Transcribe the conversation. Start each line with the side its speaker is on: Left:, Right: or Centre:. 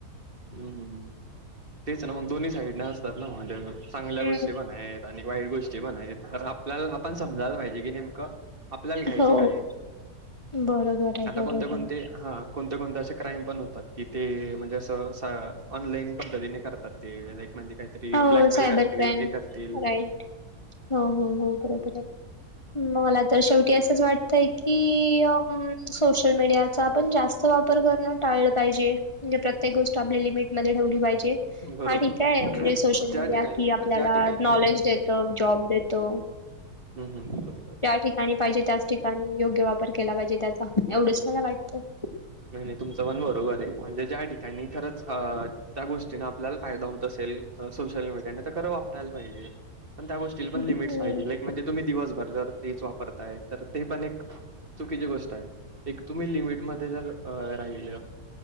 Right: हम्म हम्म. तेच ना मग दोन्ही साईडने असतात ना म्हणजे चांगल्या
Left: हम्म.
Right: गोष्टी पण आहेत आणि वाईट गोष्टी पण आहेत तर आपल्याला आपण समजायला पाहिजे की नेमक आपल्याला घ्यायचं
Left: हो
Right: काय आहे
Left: बरोबर आहे
Right: आता
Left: बरोबर
Right: कोणत कोणते
Left: आहे
Right: हा कोणते कोणते असे क्राईम पण होतात की ते म्हणजे असं स ऑनलाईन पद्धतीने करतात ते लाईक म्हणजे काहीतरी
Left: हो
Right: ब्लॅकमेल
Left: सायबर
Right: करतील,
Left: क्राईम
Right: ते करतील
Left: राईट हो हो हो बरोबर आहे. मला तर शेवटी असंच वाटतंय की अं सोशल मीडिया चा आपण जास्त वापर करण टाळलं पाहिजे म्हणजे प्रत्येक गोष्ट आपल्या लिमिटमध्ये ठेवली पाहिजे.
Right: बरोबर.
Left: हा ठीक आहे म्हणजे सोशल
Right: ज्या
Left: मीडिया
Right: ठिकाणी
Left: की आपल्याला
Right: ज्या ठिकाणी
Left: नॉलेज देतं, जॉब देतो.
Right: हम्म हम्म बरोबर.
Left: त्या ठिकाणी पाहिजे त्याच ठिकाणी योग्य वापर केला पाहिजे त्याचा एवढंच मला वाटतंय.
Right: नाही नाही तुमचं पण बरोबर आहे म्हणजे ज्या ठिकाणी खरच अ त्या गोष्टीन आपल्याला फायदा होत असेल सोशल मीडियाने तर खरं वापरायला पाहिजे पण त्या गोष्टी तील पण
Left: हम्म
Right: लिमिट्स पाहिजे लाईक म्हणजे तुम्ही दिवसभर जर तेच वापरताय तर ते पण एक चुकीची गोष्ट आहे. एक तुम्ही लिमिट मध्ये जर अ राहिल